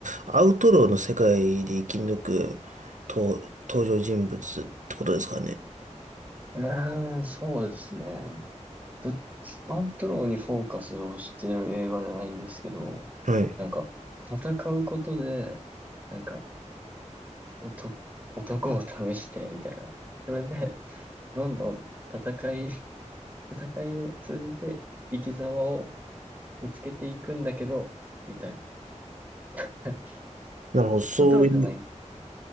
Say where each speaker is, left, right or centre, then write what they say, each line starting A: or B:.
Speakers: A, on the right; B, on the right.
A: アウトローの世界で生き抜くと登場人物ってことですかね。
B: うーん、そうですね。ど、アウトローにフォーカスをしてる映画じゃないんですけど、
A: はい。
B: なんか、戦うことで、なんか、男、男を試して、みたいな。それで、どんどん戦い、戦いを通じて生き様を見つけていくんだけど、みたいな。<laughs>
A: なるほど、そういう、
B: アウトローじゃないんです。